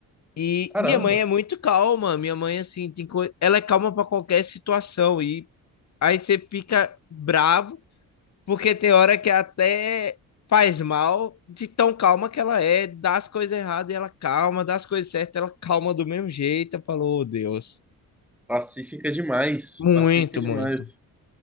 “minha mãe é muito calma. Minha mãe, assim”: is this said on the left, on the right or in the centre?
Left